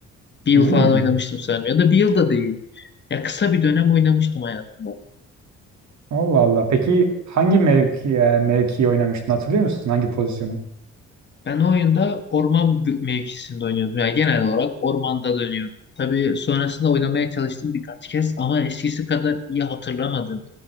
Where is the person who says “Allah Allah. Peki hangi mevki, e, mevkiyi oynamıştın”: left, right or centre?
Right